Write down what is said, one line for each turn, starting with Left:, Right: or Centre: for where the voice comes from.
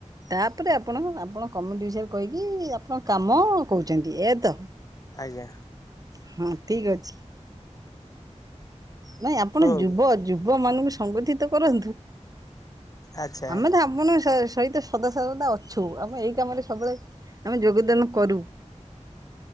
Right: ତାପରେ ଆପଣ ଆପଣ କମିଟି ବିଷୟରେ କହିକି ଆପଣ କାମ କହୁଛନ୍ତି, ଏୟା ତ?
Left: ଆଜ୍ଞା।
Right: ହଁ ଠିକ ଅଛି। ନାଇଁ ଆପଣ
Left: ଶୁଣନ୍ତୁ
Right: ଯୁବ, ଯୁବ ମାନଙ୍କୁ ସଂଗଠିତ କରନ୍ତୁ।
Left: ଆଚ୍ଛା।
Right: ଆମେ ତ ଆପଣଙ୍କ ସହିତ ସଦା ସର୍ବଦା ଅଛୁ, ଆମେ ଏଇ କାମରେ ସବୁବେଳେ ଆମେ ଯୋଗଦାନ କରୁ।